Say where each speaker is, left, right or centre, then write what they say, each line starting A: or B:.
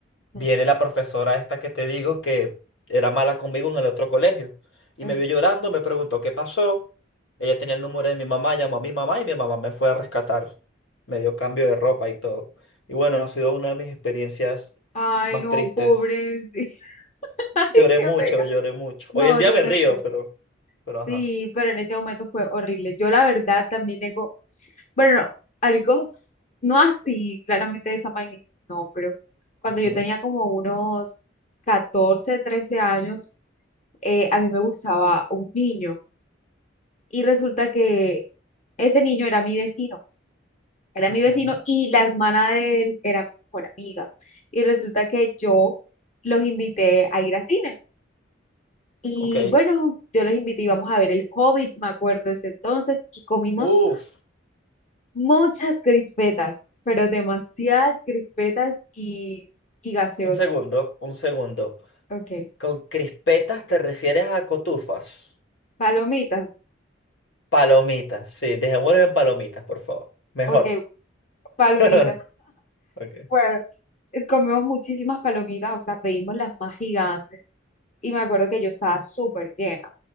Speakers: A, on the left; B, on the left.
A: viene
B: Mm,
A: la profesora esta que te digo que era mala conmigo en el otro colegio. Y
B: ok.
A: me vio llorando, me preguntó qué pasó. Ella tenía el número de mi mamá, llamó a mi mamá y mi mamá me fue a rescatar. Me dio cambio de ropa y todo. Y bueno, ha sido una de mis experiencias
B: Ay,
A: más
B: no,
A: tristes.
B: pobre. sí. <laughs> Ay,
A: Lloré
B: qué
A: mucho,
B: pega.
A: lloré mucho.
B: No,
A: Hoy en día
B: yo
A: me
B: te
A: río,
B: entiendo.
A: pero, pero ajá.
B: Sí, pero en ese momento fue horrible. Yo la verdad también tengo, bueno, no, algo, s- no así, claramente de esa magnitud, no, pero cuando yo
A: Ujú,
B: tenía como unos 14, 13 años, eh, a mí me gustaba un niño. y resulta que ese niño era mi vecino, era mi vecino
A: ujú.
B: y la hermana de él era mi mejor amiga. Y resulta que yo los invité a ir a cine. Y
A: Ok.
B: bueno, yo los invité y vamos a ver El Hobbit, me acuerdo ese entonces, y comimos
A: Uf.
B: muchas crispetas, pero demasiadas crispetas y, y gaseosas.
A: Un segundo, un segundo.
B: Ok,
A: Con crispetas te refieres a cotufas.
B: palomitas,
A: Palomitas, sí, dejémoslo en palomitas, por favor. Mejor.
B: ok, palomitas.
A: <laughs> Ok.
B: Bueno. eh, comimos muchísimas palomitas, o sea, pedimos las más gigantes. Y me acuerdo que yo estaba súper llena.